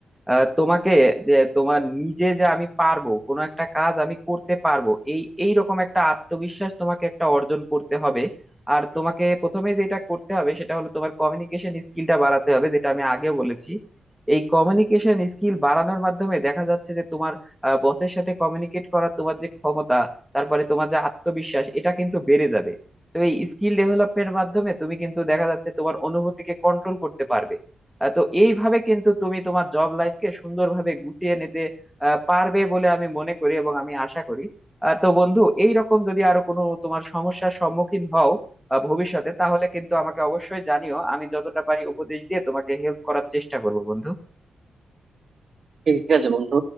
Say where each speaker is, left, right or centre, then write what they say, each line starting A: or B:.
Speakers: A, in the centre; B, on the right (about 45°).
A: আহ, তোমাকে যে তোমার নিজে যে আমি পারবো কোনো একটা কাজ আমি করতে পারবো এই এই রকম একটা আত্মবিশ্বাস তোমাকে একটা অর্জন করতে হবে আর তোমাকে প্রথমে যেটা করতে হবে সেটা হলো তোমার কমিউনিকেশন স্কিলটা বাড়াতে হবে যেটা আমি আগেও বলেছি এই কমিউনিকেশন স্কিল বাড়ানোর মাধ্যমে দেখা যাচ্ছে যে তোমার বসের সাথে কমিউনিকেট করার তোমার যে ক্ষমতা তারপরে তোমার যে আত্মবিশ্বাস এটা কিন্তু বেড়ে যাবে তো এই স্কিল ডেভেলপমেন্টের মাধ্যমে তুমি কিন্তু দেখা যাচ্ছে তোমার অনুভূতিকে কন্ট্রোল করতে পারবে আহ, তো এইভাবে কিন্তু তুমি তোমার জব লাইফকে সুন্দরভাবে গুটিয়ে নিতে আহ, পারবে বলে আমি মনে করি এবং আমি আশা করি আহ, তো বন্ধু এই রকম যদি আরো কোনো তোমার সমস্যার সম্মুখীন হও আহ, ভবিষ্যতে তাহলে কিন্তু আমাকে অবশ্যই জানিও আমি যতটা পারি উপদেশ দিয়ে তোমাকে হেল্প করার চেষ্টা করবো বন্ধু
B: ঠিক আছে বন্ধু